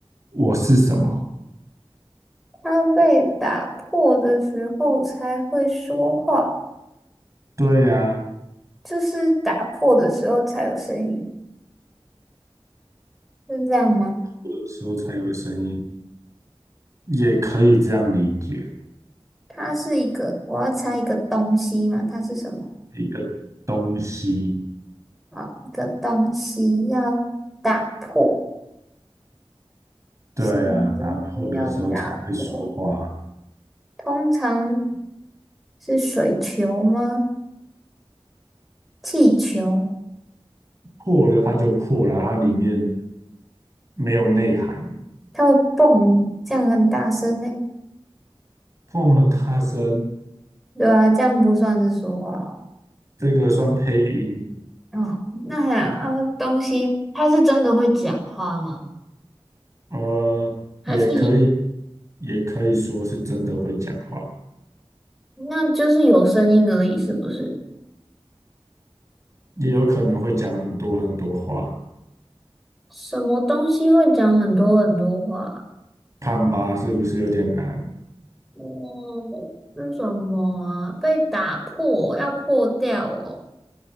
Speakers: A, on the right; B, in the centre.
A: 我是什么？
B: 它被打破的时候才会说话。
A: 对呀、啊，
B: 就是打破的时候才有声音，是这样吗？
A: 有时候才有声音，也可以这样理解，
B: 它是一个，我要猜一个东西嘛，它是什么？
A: 一个东西。
B: 啊，一个东西要打破，
A: 对啊，
B: 什么东西要打破？
A: 打破的时候才会说话啊
B: 通常是水球吗？气球，
A: 破了它就破了，它里面没有内涵。
B: 它会蹦，这样很大声呢。
A: 碰和大声
B: 对啊，这样不算是说话哦。
A: 这个算配音，
B: 哦那还啊，东西它是真的会讲话吗？
A: 呃，
B: 还是
A: 也可以，也可以说是真的会讲话，
B: 那就是有声音而已，是不是？
A: 也有可能会讲很多很多话。
B: 什么东西会讲很多很多话？
A: 看吧，是不是有点难？
B: 哦，是什么啊？被打破，要破掉哦。